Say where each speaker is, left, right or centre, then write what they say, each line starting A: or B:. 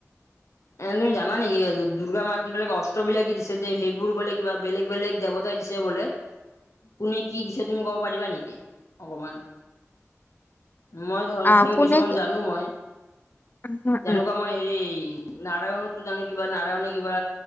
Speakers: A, on the left; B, on the left.
A: এনে তুমি জান নেকি দুৰ্গা মাক যিবিলাক অস্ত্ৰবিলাক যে দিছিল তে সেইবোৰ বোলে কিবা বেলেগ বেলেগ দেৱত দিছে বোলে কোনে কি দিছে তুমি ক'ব পাৰিবা নেকি? অকমান মই ধৰাচোন
B: আহ কোনে
A: কিছুমান জানো মই
B: উম উম
A: তেনেকুৱা মই হেৰি নাৰায়ণতো জানো কিবা নাৰায়ণে কিবা